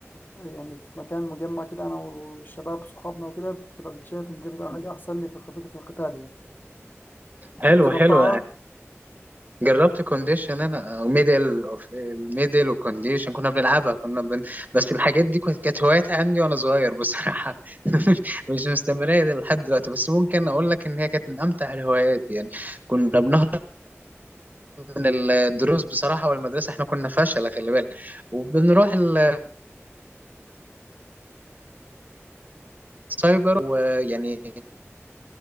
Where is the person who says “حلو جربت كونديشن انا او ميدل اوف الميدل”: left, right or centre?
Right